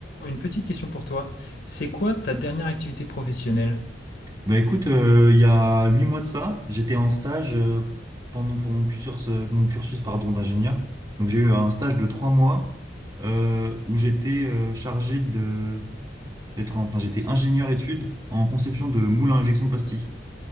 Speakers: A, on the left; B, on the right.
A: Une petite question pour toi. C'est quoi ta dernière activité professionnelle?
B: Bah écoute, euh, il y a huit mois de ça, j'étais en stage euh, pendant pour mon cursus, euh, mon cursus pardon, d'ingénieur. Donc j'ai eu un stage de trois mois euh, où j'étais euh, chargé de d'être enfin j'étais ingénieur études en conception de moules à injection plastique.